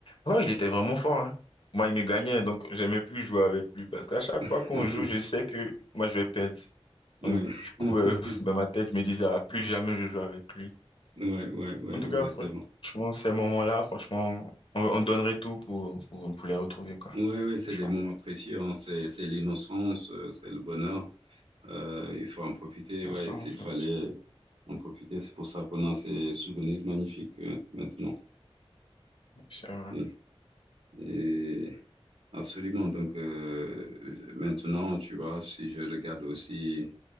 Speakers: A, on the left (about 60°); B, on the right (about 70°).
A: ouais, il était vraiment fort. hein. Moi, il me gagnait, donc j'aimais plus jouer avec lui. Parce qu'à chaque
B: <laughs>
A: fois qu'on joue, je sais que moi, je vais perdre. Donc,
B: Oui,
A: du coup,
B: <laughs>
A: euh, <laughs> dans ma tête, je me disais, ah, plus jamais je joue avec lui.
B: ouais, ouais, ouais,
A: En tout
B: exactement.
A: cas, franchement, ces moments-là, franchement, on, on donnerait tout pour, pour, pour les retrouver, quoi.
B: Oui, oui, c'est
A: Franchement.
B: des moments précieux, hein. C'est, c'est l'innocence, euh, c'est le bonheur. Euh, il faut en profiter,
A: C'est
B: ouais,
A: ça, en
B: s'il
A: fait.
B: fallait en profiter. C'est pour ça qu'on a ces souvenirs magnifiques euh, maintenant.
A: C'est vrai.
B: Oui. Et absolument. Donc euh, maintenant, tu vois, si je regarde aussi